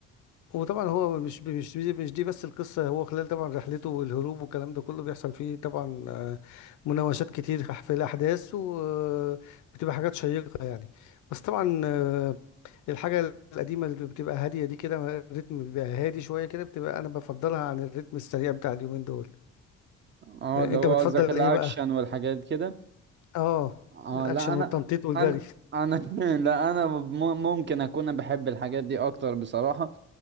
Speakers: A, on the left (about 75°); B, on the right (about 40°).
A: وطبعا هو مش مش دي مش دي بس القصة هو خلال طبعا رحلته والهروب والكلام ده كله بيحصل فيه طبعا آه، مناوشات كتير في الأحداث وبتبقى حاجات شيقة يعني بس طبعا آه، الحاجة القديمة اللي بتبقى هادية دي كده الريتم بيبقى هادي شوية كده بتبقى أنا بفضلها عن الريتم السريع بتاع اليومين دول
B: اه
A: آه،
B: اللي
A: أنت
B: هو
A: بتفضل
B: قصدك الاكشن
A: إيه بقى؟
B: والحاجات كده
A: آه
B: اه
A: الأكشن
B: لا انا
A: والتنطيط والجري
B: انا انا <laughs> لا انا م- ممكن اكون بحب الحاجات دي اكتر بصراحه